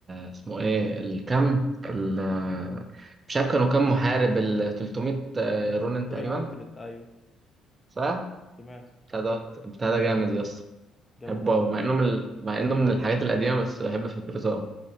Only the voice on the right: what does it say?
اسمه ايه الكم ال مش عارف كانوا كام محارب ال 300 رونن تقريبا
صح
بتاع ده بتاع ده جامد يا اسطى
بحبه
أوي مع انه من ال- مع انه من الحاجات القديمه بس بحب فكرته أوي